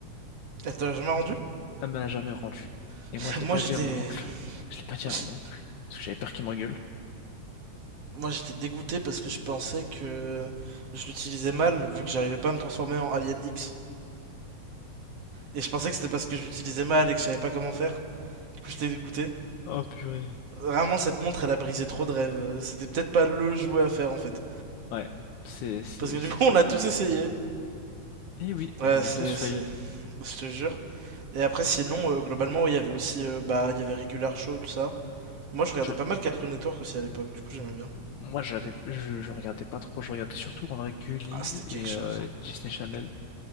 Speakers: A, on the right; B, on the left.
A: Attends, j'ai jamais rendu?
B: Elle me l'a jamais rendu.
A: <laughs>
B: Et moi, je l'ai
A: Moi,
B: pas
A: j'étais...
B: dit à mon oncle. Je l'ai pas dit
A: j'ai-
B: à mon oncle parce que j'avais peur qu'il m'engueule.
A: Moi, j'étais dégoûté parce que je pensais que je l'utilisais mal, vu que j'arrivais pas à me transformer en Alien X. Et je pensais que c'était parce que je l'utilisais mal et que je savais pas comment faire. Du coup, j'étais dégoûté.
B: Oh purée.
A: Vraiment, cette montre, elle a brisé trop de rêves. Euh, C'était peut-être pas le jouet à faire, en fait.
B: Ouais, c'est c'est
A: Parce que
B: c'est
A: du coup,
B: c'est
A: on
B: vrai.
A: a tous essayé.
B: Et oui,
A: Ouais,
B: et on a
A: c'est...
B: tous fail.
A: c'est... Je te jure. Et après, sinon, euh, globalement, ouais, il y avait aussi... euh, bah, il y avait Regular Show, tout ça. Moi, je regardais
B: Tu-
A: pas mal Cartoon Network aussi à l'époque, du coup, j'aimais bien.
B: Moi, j'avais, je, je regardais pas trop, je regardais surtout en vrai Gulli
A: Ah, c'était quelque
B: et
A: chose.
B: euh,
A: hein.
B: Disney Channel.